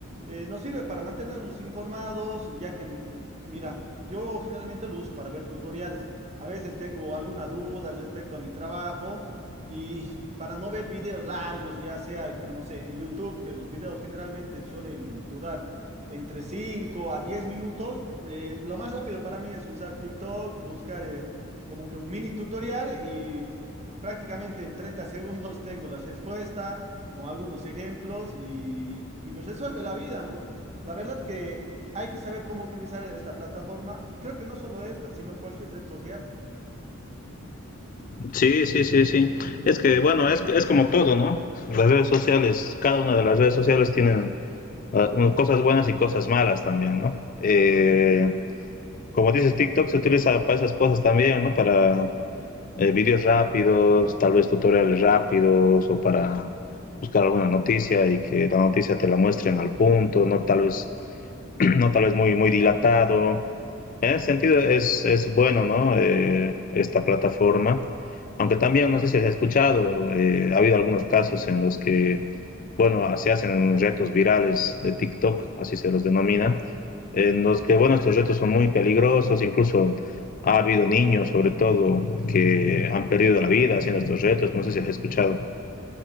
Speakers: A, on the right (about 30°); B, on the left (about 40°).
A: eh, nos sirve para mantenernos informados, ya que, mira, yo generalmente lo uso para ver tutoriales. A veces tengo alguna duda al respecto a mi trabajo y para no ver videos largos, ya sea, no sé, en YouTube, que los videos generalmente suelen durar entre 5 a 10 minutos, eh, lo más rápido para mí es usar TikTok, buscar... eh, como que un mini tutorial y prácticamente en 30 <laughs> segundos tengo la respuesta con algunos ejemplos y, y me resuelve la vida, ¿no? La verdad que hay que saber cómo utilizar esta plataforma y creo que no solo esta, sino cualquier red social.
B: Sí, sí, sí, sí. Es que bueno, es, es como todo, ¿no? Las redes sociales, cada una de las redes sociales tienen ah, un- cosas buenas y cosas malas también, ¿no? Eh, como dices, TikTok se utiliza para esas cosas también, ¿no? Para eh, videos rápidos, tal vez tutoriales rápidos o para buscar alguna noticia y que la noticia te la muestren al punto, ¿no? Tal vez <clears throat> no tal vez muy, muy dilatado. En ese sentido es, es bueno, ¿no? Eh, esta plataforma. Aunque también, no sé si has escuchado, eh, ha habido algunos casos en los que, bueno, se hacen retos virales de TikTok, así se los denomina, en los que, bueno, estos retos son muy peligrosos, incluso ha habido niños, sobre todo, que han perdido la vida haciendo estos retos, no sé si has escuchado.